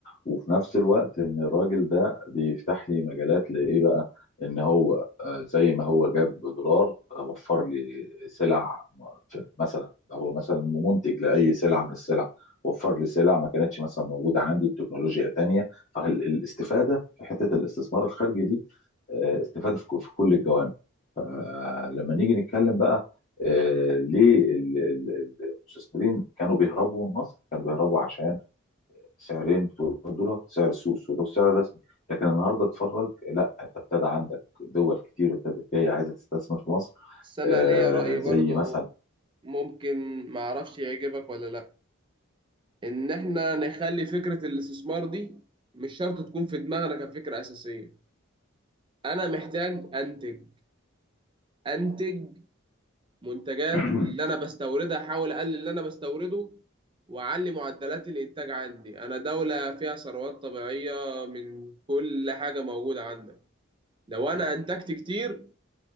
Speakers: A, on the left (about 35°); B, on the right (about 25°).
A: وفي نفس الوقت ان الراجل ده بيفتح لي مجالات لايه بقى ان هو آه، زي ما هو جاب دولار آه، وفر لي سلع م- في- مثلا ده هو مثلا منتج لاي سلعة من السلع وفر لي سلع ما كانتش مثلا موجودة عندي بتكنولوجيا تانية فالاستفادة في حتة الاستثمار الخارجي دي آه، استفادة في ك- في كل الجوانب آه، لما نيجي نتكلم بقى آه، ليه ال- ال- ال- المستثمرين كانوا بيهربوا من مصر؟ كانوا بيهربوا عشان سعرين بتوع الدولار، سعر السوق السوداء والسعر الرسمي، لكن النهارده اتفرج لا انت ابتدى عندك دول كتير ابتدت جايه عايزه تستثمر في مصر
B: بس انا
A: آه،
B: ليا رأي
A: زي
B: برضو
A: مثلا
B: ممكن ما اعرفش يعجبك ولا لا ان احنا نخلي فكرة الاستثمار دي مش شرط تكون في دماغنا كفكرة أساسية أنا محتاج أنتج انتج منتجات
A: <clears throat>
B: اللي انا بستوردها احاول اقلل اللي انا بستورده واعلي معدلات الانتاج عندي انا دولة فيها ثروات طبيعية من كل حاجة موجودة عندك لو انا انتجت كتير